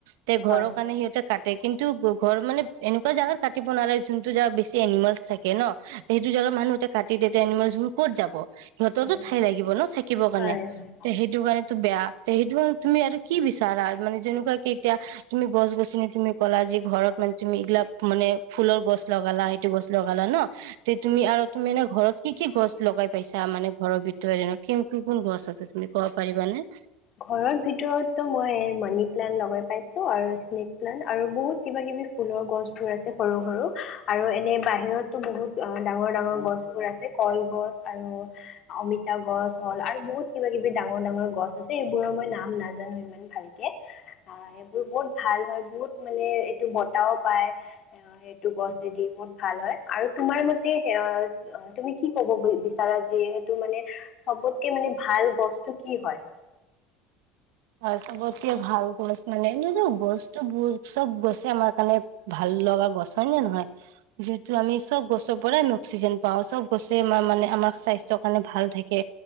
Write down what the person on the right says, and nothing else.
তে ঘৰৰ
কাৰণে সিহঁতে কাট তে কিন্তু ঘৰ মানে এনেকুৱা জাগাত কাটিব নালাগে যোনটো জাগাত বেছি এনিমেল চাগে ন, সেইটো জোগাত মানুহতে কাটি দে এনিমেলছ বোৰ ক'ত যাব। সিহঁততো
ঠাই লাগিব ন থাকিবৰ কাৰণে,
তে সেইটো কাৰণে। বেয়া সেইটো তুমি আৰু কি বিচাৰা, মানে যেনেকুৱাকে এতিয়া তুমি গছ-গছনি তুমি ক'লা যে ঘৰত মানে তুমি এইগিলাক মানে ফুলৰ গছ লগালা, সেইটো গছ লগালা ন, তে তুমি আৰু তুমি এ ঘৰত কি-কি গছ লগাই পাইছা? মানে ঘৰৰ ভিতৰ কি কোন কোন গছ আছে তুমি ক'ব পাৰিবানে?
হয় চবতকে ভাল গছ মানে এ গছতো ব চব গছে আমাৰ কাৰণে ভাল লগা গছ হয় নে নহয় যিহেতু আমি চব গছৰ পৰাই আমি অক্সিজেন পাওঁ চব গছে আমাৰ মানে আমাৰ স্বাস্থৰ কাৰণে ভাল থাকে।